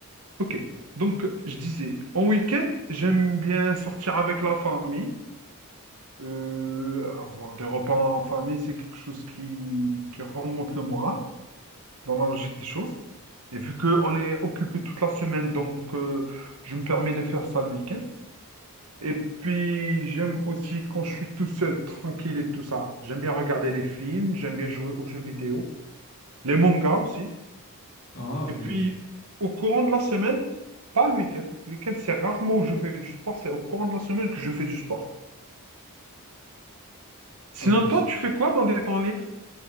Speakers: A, on the right; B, on the left.
A: ok. Donc, euh, je disais, en week-end, j'aime bien sortir avec la famille. Euh, avoir des repas en famille, c'est quelque chose qui, qui remonte le moral, dans la logique des choses. Et vu qu'on est occupé toute la semaine, donc euh, je me permets de faire ça le week-end. Et puis, j'aime aussi quand je suis tout seul, tranquille et tout ça. J'aime bien regarder les films, j'aime bien jouer aux jeux vidéo, les mangas aussi.
B: Ah ok,
A: Et puis, au courant de la semaine, pas le week-end. Le week-end, c'est rarement où je fais du sport, c'est au courant de la semaine que je fais du sport. Sinon,
B: ok.
A: toi, tu fais quoi dans tes temps libres?